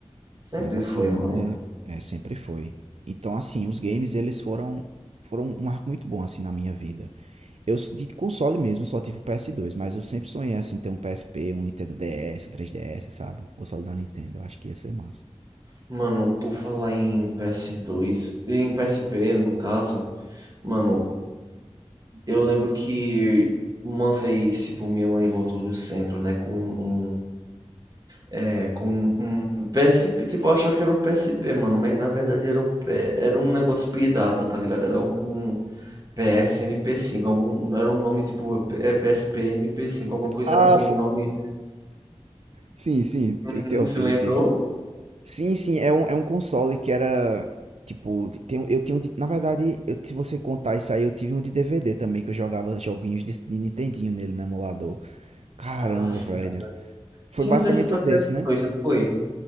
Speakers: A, on the right; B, on the right.
A: Sempre
B: Mas assim,
A: foi,
B: mano,
A: mano.
B: é, é sempre foi. Então, assim, os games eles foram foram um arco muito bom assim na minha vida. Eu s- de console mesmo eu só tive o ps dois mas eu sempre sonhei assim ter um PSP, um Nintendo DS, um 3DS, sabe? Um console da Nintendo, eu acho que ia ser massa.
A: Mano, por falar em PS2, em PSP, no caso, mano, eu lembro que uma vez, tipo, minha mãe voltou do centro, né, com um, é, com um PSP, tipo, eu achava que era um PSP, mano, mas na verdade era um, P- era um negócio pirata, tá ligado? Era algum PSMP5, algum era um nome tipo, é PSP-MP5, alguma coisa
B: Ah,
A: assim, um nome
B: Sim, sim,
A: uhum,
B: eu interrompi
A: se lembrou?
B: de Tiga. Sim, sim, é um, é um console que era. Tipo, tem, um- eu tinha um de, Na verdade, eu- se você contar isso aí, eu tive um de DVD também, que eu jogava joguinhos de, de Nintendinho nele no emulador. Caramba,
A: Nossa,
B: velho.
A: cara.
B: Foi
A: Tinha
B: basicamente
A: um desse pra
B: um desse,
A: PS2,
B: né?
A: não foi?